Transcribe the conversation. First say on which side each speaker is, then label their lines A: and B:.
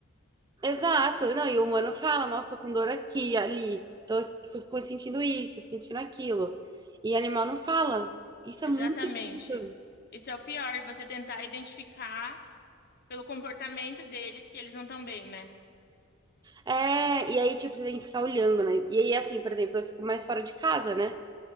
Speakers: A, on the right; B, on the left.
A: Exato. Não, e o humano fala, nossa, tô com dor aqui, ali, tô co- co- sentindo isso, sentindo aquilo. E animal não fala. Isso
B: Exatamente.
A: é muito difícil.
B: Isso é o pior, você tentar identificar pelo comportamento deles que eles não estão bem, né?
A: É, e aí, tipo, você tem que ficar olhando, né? E aí, assim, por exemplo, eu fico mais fora de casa, né?